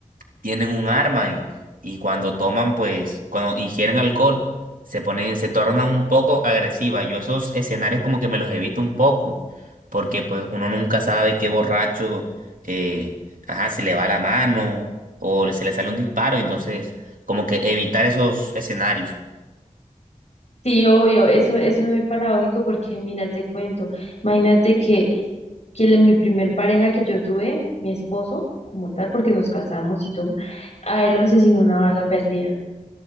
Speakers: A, on the right; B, on the left.
A: tienen un arma y, y cuando toman, pues, cuando ingieren alcohol, se ponen, se tornan un poco agresivas. Yo esos escenarios como que me los evito un poco, porque pues uno nunca sabe qué borracho, eh, ajá, se le va la mano o le- se le sale un disparo, entonces como que evitar esos escenarios
B: sí, obvio, eso, eso es muy paradójico porque mira, te cuento, imagínate que que la- mi primer pareja que yo tuve, mi esposo, como tal, porque nos casamos y todo, a él lo asesinó una bala perdida.